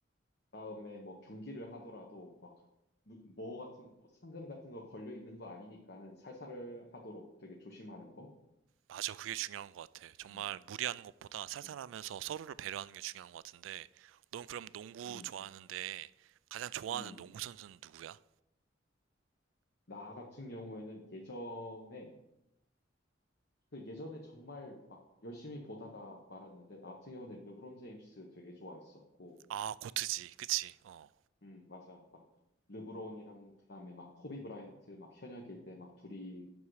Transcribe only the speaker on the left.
그다음에 뭐 경기를 하더라도 막 무- 뭐 같은 뭐 상금 같은 거 걸려 있는 거 아니니까는 살살을 하도록 되게 조심하는 거.
음,
음,
음,
음.
나 같은 경우에는 예전에 그 예전에 정말 막 열심히 보다가 말았는데 나 같은 경우에는 르브론 제임스 되게 좋아했었고
음, 맞아. 막 르브론이랑 그다음에 막 코비 브라이언트 막 현역일 때 막 둘이